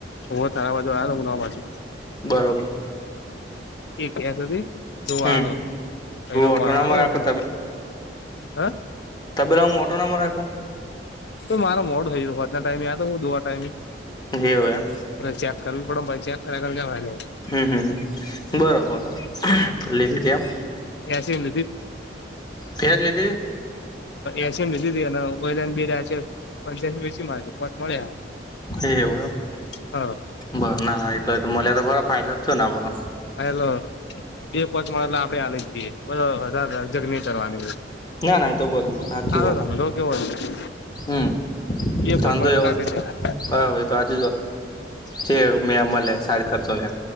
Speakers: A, on the left; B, on the left.
A: હો તારા બાજુ આવ ઉના પાછી.
B: બરોબર.
A: એ ક્યાં સુધી જોવા
B: હમ
A: કઈનો
B: ઓટો
A: ફોન
B: ના
A: આવો
B: મરે આપડે
A: તમારે. હા.
B: ત બેલા હું ઓટો નામાં રાખમ.
A: તો મારા મોડ થય હોના ટાઈમે દોવા ટાઈમે.
B: હવય.
A: એલે ચેક કરવી પડેમ ભછાઈ ચેક કરે કર જવા.
B: હમ હમ હમ બરોબર લીધી ત આમ.
A: એસી માં
B: પર લીધી.
A: એસીમ લધધ એ વલાને બી રહ્યા છે. મારી પોંચ મળ્યા
B: એવું એમ
A: હ હા
B: બ ના ના એ તો ત મને તો ખરાબ. ફાયદો થયો ને આપણો.
A: હ એલો બે પોચ આપડે હલી જ જઈએ બ વધજગ ન કરવાની.
B: ના ના એતો બોબ હથીી
A: આનો
B: વા
A: ધંધો કેવો છે
B: હમ.
A: બે
B: ખાંધો
A: પોંચ મળે
B: એવ
A: એટલે કાઢી દેવાય
B: હા હોય. તો આ જ ચ મેં અમ સાડ ખર્ચવને.